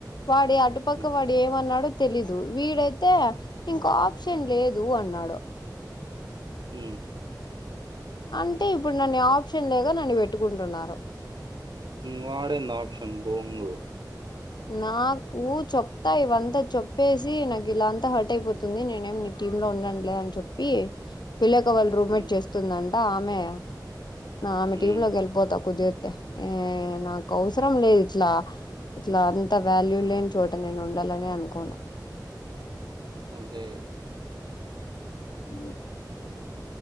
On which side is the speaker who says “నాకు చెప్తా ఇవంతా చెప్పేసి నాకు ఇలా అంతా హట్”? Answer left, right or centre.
Left